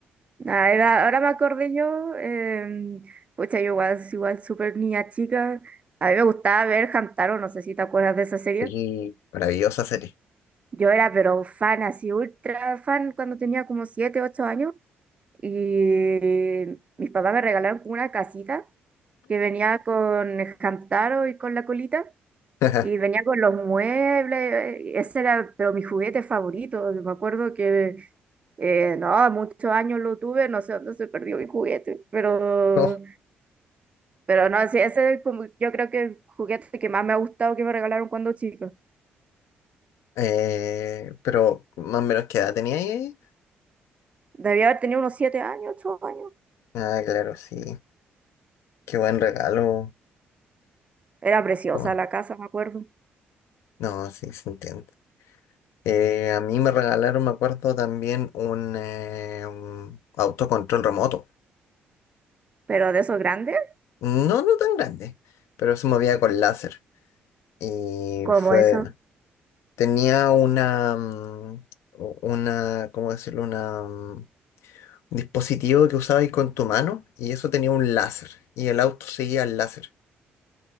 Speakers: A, on the right; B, on the left.
A: Ah, era- ahora me acordé yo, em, pucha, yo igual, igual súper niña chica. A mí me gustaba ver Hamtaro, no sé si te acuerdas de esa serie.
B: Y maravillosa serie.
A: Yo era pero fan, así ultra fan, cuando tenía como 7 8 años. Y mis papás me regalaron como una casita que venía con Hamtaro y con la colita.
B: <laughs>
A: Y venía con los muebles, eh, ese era, pero mi juguete favorito. Me acuerdo que, eh, no, muchos años lo tuve, no sé dónde se perdió mi juguete, pero,
B: Oh,
A: pero no, sí, ese es como, yo creo que el juguete que más me ha gustado que me regalaron cuando chica.
B: eh, pero más o menos qué edad tenía ahí.
A: Debía haber tenido unos siete años, ocho años.
B: Ah, claro, sí. Qué buen regalo.
A: Era preciosa
B: ¿Cómo
A: la casa, me acuerdo.
B: No, No, sí, se entiende. Eh, a mí me regalaron, me acuerdo, también un, eh, un autocontrol remoto.
A: Pero de esos grandes,
B: No, no tan grande, pero se movía con láser. y
A: como
B: fue,
A: eso.
B: tenía una, mm, una, ¿cómo decirlo? Una, mm, un dispositivo que usabas con tu mano y eso tenía un láser y el auto seguía el láser.